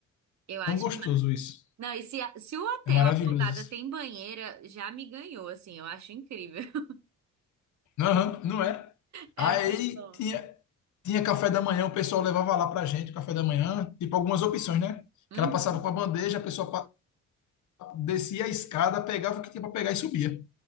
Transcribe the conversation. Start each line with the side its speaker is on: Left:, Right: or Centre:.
Right: Eu acho.
Left: tão gostoso
Right: massa.
Left: isso.
Right: Não, e se, a- se o hotel,
Left: É maravilhoso
Right: a pousada
Left: isso.
Right: tem banheira, já me ganhou, assim, eu acho incrível. <laughs>
Left: Aham, não é?
Right: É
Left: Aí
Right: muito bom.
Left: tinha tinha café da manhã, o pessoal levava lá pra gente, o café da manhã, tipo algumas opções, né?
Right: Uhum,
Left: Que ela passava com a bandeja, a pessoa descia a escada, pegava o que tinha para pegar e subia.